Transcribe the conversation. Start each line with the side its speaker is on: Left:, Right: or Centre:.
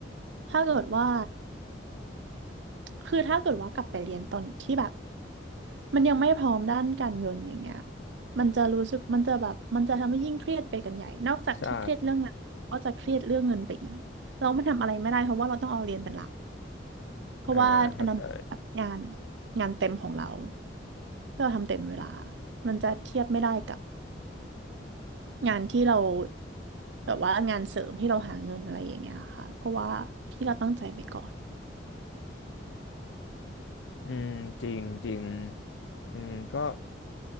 Right: ถ้าเกิดว่าคือถ้าเกิดว่ากลับไปเรียนตอนที่แบบมันยังไม่พร้อมด้านการเงินอย่างเงี้ยมันจะรู้สึกมันจะแบบมันจะทำให้ยิ่งเครียดไปกันใหญ่นอกจากที่เครียดเรื่องงานก็จะเครียดเรื่องเงินไปอีกเราไม่ทำอะไรไม่ได้เพราะว่าเราต้องเอาเรียนเป็นหลัก
Left: ใช่
Right: เพราะว่าอันนั้นแบบงาน
Left: อ่าเข้าใจ
Right: งานเต็มของเราที่เราทำเต็มเวลามันจะเทียบไม่ได้กับ งานที่เราแบบว่างานเสริมที่เราหาเงินอะไรอย่างเงี้ยค่ะเพราะว่าที่เราตั้งใจไปก่อน
Left: อืมจริงจริงอืมก็